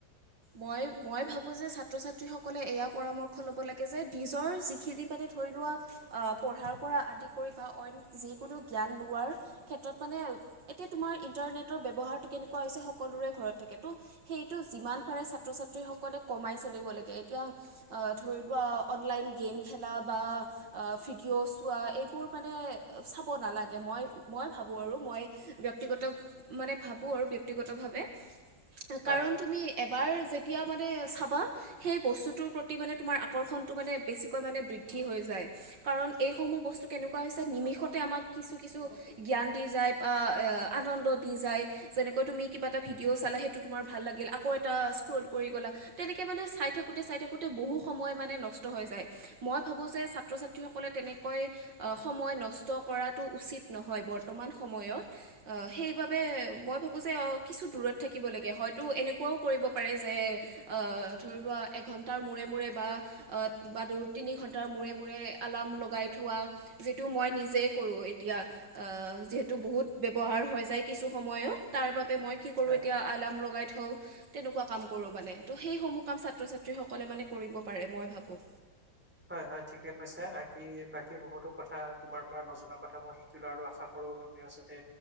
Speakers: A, on the right; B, in the centre.
A: মই মই ভাবো যে ছাত্ৰ ছাত্ৰীসকলে এয়া পৰামৰ্শ ল'ব লাগে যে নিজৰ যিখিনি মানে ধৰি লোৱা আহ পঢ়াৰ পৰা আদি কৰি বা অইন যিকোনো জ্ঞান লোৱাৰ ক্ষেত্ৰত মানে এতিয়া তোমাৰ ইন্টাৰনেটৰ ব্যৱসাৰ টো কেনেকুৱা হৈছে সকলোৰে ঘৰত থাকে ত হেইতু যিমান পাৰে ছাত্ৰ ছাত্ৰীসকলে ক কমাই চলিব লাগে, এতিয়া ধৰি লোৱা অনলাইন গেম খেলা বা আ ফিড কিয় চোৱা এইবোৰ মানে চাব নালাগে মই মই ভাবোঁ আৰু মই ব্যক্তিগত মানে ভাবো আৰু বিয়ক্তিগত ভাবে
B: হয়,
A: কাৰণ
B: হয়,
A: তুমি এবাৰ যে তেতিয়া মানে চাবা সেই বস্তুটোৰ প্ৰতি মানে তোমাৰ আকৰ্ষণটো মানে বেছিকৈ মানে বৃদ্ধি হৈ যায়। কাৰণ এইসমূহ বস্তু কেনেকুৱা হৈছে নিমিষতে আমাক কিছু কিছু জ্ঞান দি যায় বা আ আনন্দ দি যায় যেনেকৈ তুমি কিবা এটা ভিডিঅ' চালা সেইটো তোমাৰ ভাল লাগিল আকৌ এটা স্ক্ৰল কৰি গ'লা তেনেকে মানে চাই থাকোতে চাই থাকোতে বহু সময় মানে নষ্ট হৈ যায়, মই ভাবো যে ছাত্ৰ ছাত সকলে তেনেকৈ সময় নষ্ট কৰাটো উচিত নহয় বৰ্তমান সময়ত। সেইবাবে মই ভাবোঁ যে কিছু দূৰত থাকিব লাগে, হয়তো এনেকুৱাও কৰিব পাৰে যে আহ ধৰি লোৱা এঘন্টাৰ মূৰে মূৰে বা বা দু তিনি ঘন্টাৰ মূৰে মূৰে আলাৰ্ম লগাই থোৱা যিটো মই নিজেই কৰোঁ এতিয়া যিহেতু বহুত ব্যৱহাৰ হৈ য কিছু সময়ত তাৰ বাবে মই কি কৰো
B: হয়,
A: এতিয়া আলাম লগাই থওঁ <unintelligible> তেনেকুৱা কাম কৰোঁ মানে ত' সেইসমূহ কাম ছাত্ৰ ছাত্ৰীসকলে মানে কৰিব পাৰে মই ভাবো।
B: হয় হয় ঠিকে কৈছো আকি বাকি বহুতো কথা তুমাৰ পৰা নজনা কথা মই শিকিলো আৰু আশা কৰো তুমিও চাতে